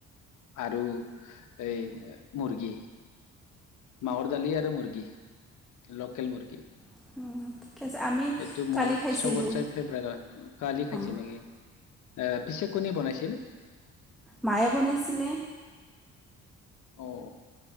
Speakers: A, on the left; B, in the centre.
A: আৰু এই মুৰ্গী। মাহৰ দালি আৰু মুৰ্গী, লোকেল মুৰ্গী।
B: উম। <unintelligible> আমি
A: এইটো মোৰ
B: কালি খাইছিলোঁ
A: চবতচে ফেভৰেট হয়, কালি খাইছে
B: অঁ
A: নেকি? অ', পিছে কোনে বনাইছিল?
B: মায়ে বনাইছিলে।
A: অ'।